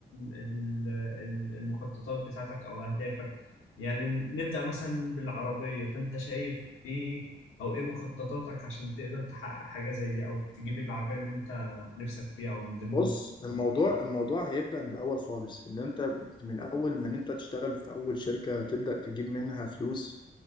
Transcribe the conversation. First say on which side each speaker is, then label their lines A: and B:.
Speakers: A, on the left; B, on the left.
A: ال- ال- المخططات بتاعتك او اهدافك يعني نبدأ مثلا بالعربية فانت شايف ايه او ايه مخططاتك عشان تقدر تحقق حاجة زي دي او تجيب العربية اللي انت نفسك فيها او من ضمن
B: بص الموضوع
A: المخططات
B: الموضوع هيبدأ من الاول خالص اللي انت من الاول من انت تشتغل في اول شركة تبدأ تجيب منها فلوس